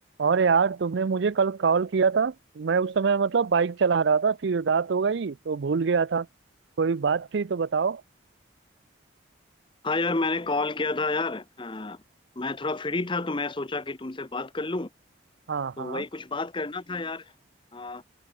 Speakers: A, on the right; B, on the left.
A: और यार तुमने मुझे कल कॉल किया था मैं उस समय मतलब बाइक चला रहा था फिर रात हो गई तो भूल गया था कोई बात थी तो बताओ
B: हाँ यार मैंने कॉल किया था यार अ, मैं थोड़ा फ्री था तो मैं सोचा कि तुमसे बात कर लूं
A: हाँ
B: तो
A: हाँ
B: वही कुछ बात करना था यार अ,